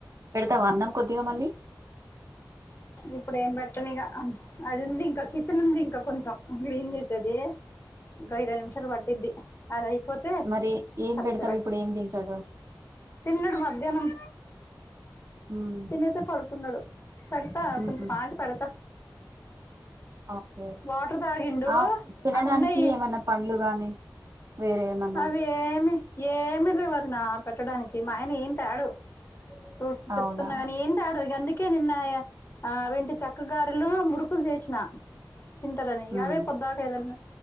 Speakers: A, on the right (about 45°); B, on the left (about 35°).
A: పెడతావ అన్నం కొద్దిగా మళ్ళీ
B: ఇప్పుడు ఏం పెట్టను ఇక ఆ అది ఉంది ఇంకా కిచెన్ ఉంది ఇంకా కొంచెం గ్లీన్ చేసేది ఇంకా ఇరవై నిమిషాలు పట్ది అదయిపోతే
A: మరి ఏం
B: తర్వాత
A: పెడతావు ఇప్పుడు ఏం తింటాడు
B: తిన్నాడు మధ్యాహ్నం
A: ఉమ్,
B: తినేసే పడుకున్నాడు పేడతా
A: ఉహు
B: కొంచెం ఆగి పెడతా
A: ఓకే
B: వాటర్ తాగిండు
A: అవ్ తినడానికి
B: అవి ఉన్నాయి
A: ఏమైన్నా పండ్లు గానీ వేరే ఏమన్నా
B: అవి ఏమి ఏమి లేవరనా పెట్టడానికి మా ఆయన ఏంతాడు ఉమ్
A: అవునా
B: చెప్తున్నా గాని ఏంతాడు ఇగ అందిక్ కి నిన్న ఆవెంటి చక్క గారలు మురుకులు చేసిన తింటాలని ఇవే
A: ఉమ్,
B: పొద్దుకుల ఆదే వదిన